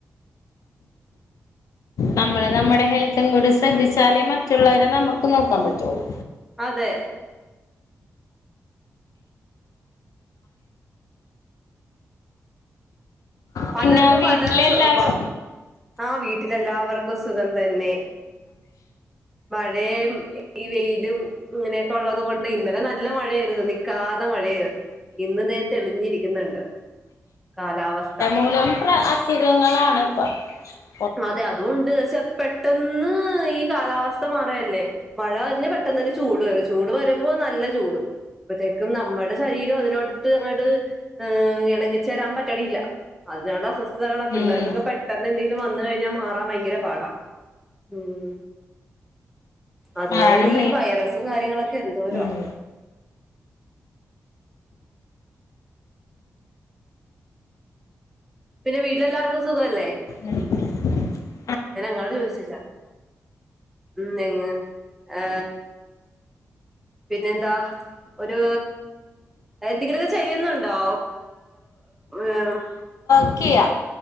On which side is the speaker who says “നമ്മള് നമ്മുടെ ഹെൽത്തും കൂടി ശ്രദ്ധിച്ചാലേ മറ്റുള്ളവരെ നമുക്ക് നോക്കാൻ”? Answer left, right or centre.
Left